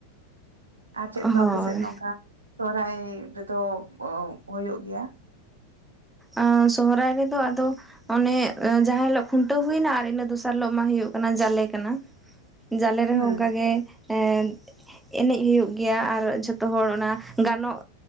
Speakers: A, on the right (about 80°); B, in the centre.
A: ᱟᱨ ᱪᱮᱫ ᱠᱚ
B: ᱦᱳᱭ
A: ᱟᱯᱮ ᱥᱮᱫ ᱱᱚᱝᱠᱟ ᱥᱚᱦᱨᱟᱭ ᱨᱮᱫᱚ ᱚ ᱦᱳᱭᱳᱜ ᱜᱮᱭᱟ?
B: ᱟᱸ ᱥᱚᱦᱨᱟᱭ ᱨᱮᱫᱚ ᱟᱫᱚ ᱚᱱᱮ ᱡᱟᱦᱟᱸ ᱦᱤᱞᱚᱜ ᱠᱷᱩᱱᱴᱟᱹᱣ ᱦᱩᱭᱮᱱᱟ ᱟᱨ ᱤᱱᱟᱹ ᱫᱚᱥᱟᱨ ᱦᱤᱞᱚᱜ ᱢᱟ ᱦᱩᱭᱩᱜ ᱠᱟᱱᱟ ᱡᱟᱞᱮ ᱠᱟᱱᱟ ᱾ ᱡᱟᱞᱮ ᱨᱮᱦᱚᱸ
A: ᱦᱩᱸ
B: ᱚᱱᱠᱟ ᱜᱮ ᱮᱸ ᱮᱱᱮᱡ ᱦᱩᱭᱩᱜ ᱜᱮᱭᱟ ᱟᱨ ᱡᱷᱚᱛᱚ ᱦᱚᱲ ᱚᱱᱟ ᱜᱟᱱᱚᱜ